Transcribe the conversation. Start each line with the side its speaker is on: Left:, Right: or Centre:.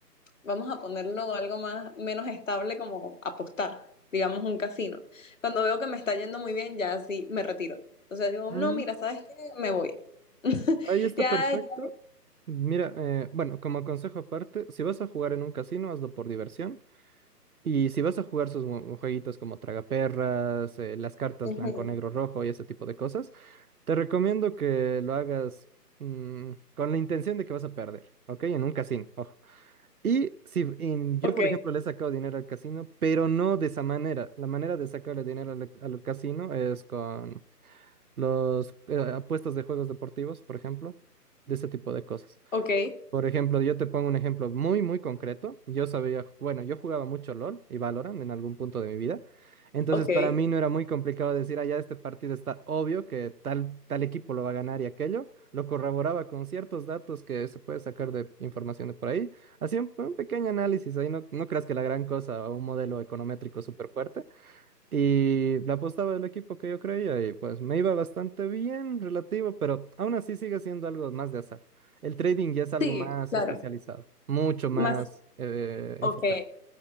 Left: vamos a ponerlo algo más, menos estable como apostar, digamos, un casino. Cuando veo que me está yendo muy bien, ya sí me retiro. O sea, digo,
Right: mm,
Left: no, mira, ¿sabes qué? Me voy. <laughs>
Right: Ahí está
Left: Ya,
Right: perfecto.
Left: ya.
Right: Mira, eh, bueno, como consejo aparte, si vas a jugar en un casino, hazlo por diversión. Y si vas a jugar sus mu- jueguitos como Tragaperras, eh, las cartas
Left: ujú.
Right: blanco, negro, rojo y ese tipo de cosas, te recomiendo que lo hagas mm, con la intención de que vas a perder, ¿ok? En un casino, ojo. Y si en- yo,
Left: Ok,
Right: por ejemplo, le he sacado dinero al casino, pero no de esa manera. La manera de sacarle dinero al, al casino es con los eh, apuestas de juegos deportivos, por ejemplo, de ese tipo de cosas.
Left: ok,
Right: Por ejemplo, yo te pongo un ejemplo muy, muy concreto. Yo sabía, bueno, yo jugaba mucho LOL y Valorant en algún punto de mi vida. Entonces,
Left: ok.
Right: para mí no era muy complicado decir, ah, ya este partido está obvio que tal, tal equipo lo va a ganar y aquello. Lo corroboraba con ciertos datos que se puede sacar de información de por ahí. Hacía un, un pequeño análisis ahí, no, no creas que la gran cosa o un modelo econométrico súper fuerte, y la apostaba del equipo que yo creía y pues me iba bastante bien, relativo, pero aún así sigue siendo algo más de azar. El trading ya es algo
Left: Sí,
Right: más
Left: claro.
Right: especializado, mucho más
Left: Más,
Right: eh,
Left: ok.
Right: enfocado.